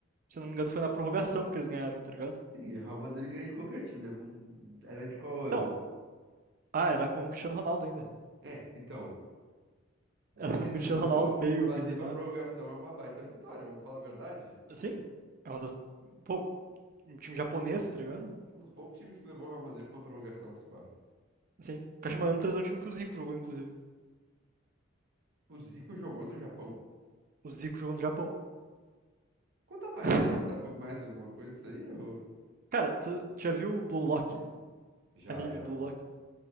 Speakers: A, on the right; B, on the right.
A: se não me engano, foi na prorrogação que eles ganharam, tá ligado?
B: Sim, Real Madrid ganha de qualquer time, né? Vamos- Era de qual ano?
A: Então, ah, era com o Cristiano Ronaldo ainda. <laughs>
B: É, então, difícil,
A: Era com o Cristiano
B: mas
A: Ronaldo,
B: pô,
A: Bale,
B: Basir
A: Benzema.
B: pra prorrogação é uma baita vitória, vamos falar a verdade?
A: Sim, é uma das. Pô, um time japonês, tá ligado?
B: Um dos poucos times que levou o Real Madrid pra uma prorrogação, se pá.
A: Sim. O Kashima Antlers é um time que o Zico jogou, inclusive.
B: O Zico jogou no Japão.
A: O Zico jogou no Japão.
B: Conta mais
A: <laughs>
B: isso aí, tu sabe mais alguma coisa isso aí? Ou...
A: Cara, tu, tu já viu o Blue Lock?
B: Já,
A: Anime
B: já,
A: Blue Lock,